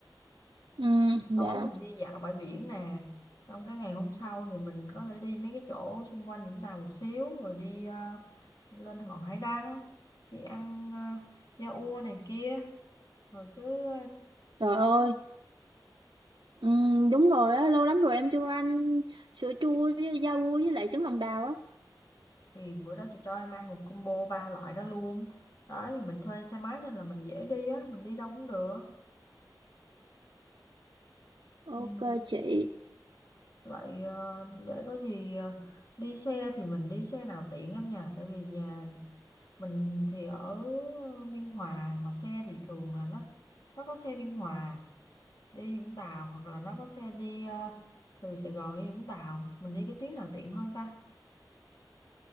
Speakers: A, on the right; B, on the left.
A: ừ dạ
B: tối mình đi dạo bãi biển nè xong cái ngày hôm sau thì mình có thể đi mấy cái chỗ xung quanh Vũng Tàu một xíu rồi đi à, lên ngọn hải đăng đi ăn à, da ua này kia rồi cứ à,
A: Trời ơi, ừm, đúng rồi á, lâu lắm rồi em chưa ăn sữa chua với rau vui với lại trứng lòng đào á.
B: thì bữa đó chị cho em ăn một combo ba loại đó luôn đấy mình thuê xe máy nên là mình dễ đi á mình đi đâu cũng được
A: Ok
B: ừ.
A: chị,
B: vậy ờ, để có gì ờ, đi xe thì mình đi xe nào tiện em nhỉ tại vì nhà mình thì ở Biên Hòa mà xe thì thường là nó nó có xe Biên Hòa đi Vũng Tàu hoặc là nó có xe đi ờ, từ Sài Gòn đi Vũng Tàu mình đi cái tuyến nào tiện hơn ta